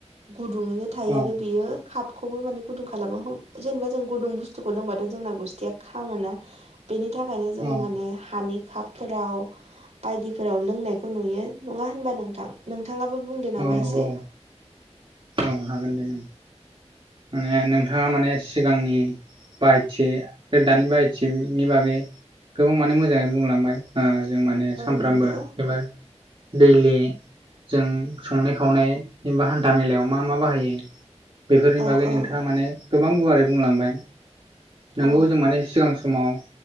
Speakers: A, on the right; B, on the right.
A: गुदुङैनो थायो
B: औ
A: आरो बेयो कापखौबो माने गुदुं खालामो जेनेबा जों गुदुं बुस्थुखौ लोंबाथ' जोंना गुस्थिया खामोना बेनिथाखायनो जोङो
B: औ
A: माने हानि कापफोराव बायदिफोराव लोंनायखौ नुयो नङा होनबा नोंथां? नोंथाङाबो बुंदो नामा
B: औ नंगौ
A: एसे
B: औ हागोन दे नों माने नोंथाङा माने सिगांनि बाहायथि आरो दानि बाहायथिनि बागै गोबां माने मोजाङै बुंलांबाय जों माने
A: औ
B: सामफ्रामबो
A: नंगौ
B: एबा दैलि जों संनाय खावनाय एबा हान्था मेलायाव मा मा बाहायो बेफोरनि
A: औ
B: बागै
A: औ
B: नोंथाङा माने गोबां गुवारै बुंलांबाय नंगौ
A: औ
B: जों माने सिगां समाव